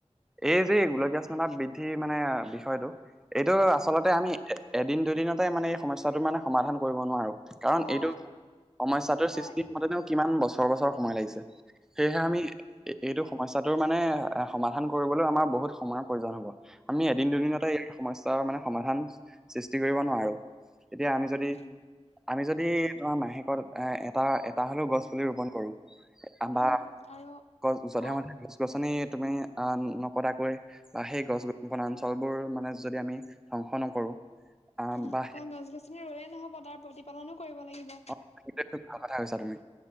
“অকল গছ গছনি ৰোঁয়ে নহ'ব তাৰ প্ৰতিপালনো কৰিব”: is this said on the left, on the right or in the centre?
Left